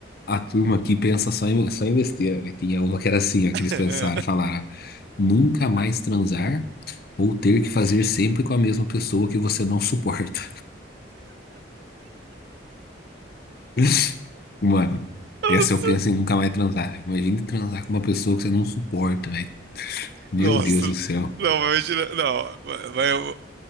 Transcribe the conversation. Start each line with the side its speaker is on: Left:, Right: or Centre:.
Left: a turma aqui pensa só em, só em besteira, velho. Tinha uma que era assim, ó, que eles
Right: É.
Left: pensaram, falaram, nunca mais transar ou ter que fazer sempre com a mesma pessoa que você não suporta. <laughs> Mano,
Right: Nossa,
Left: essa eu penso em nunca mais transar. velho. Imagine transar com uma pessoa que você não suporta, velho. Meu
Right: nossa.
Left: Deus do céu.
Right: Não, mas eu tiro- não, mas, mas eu-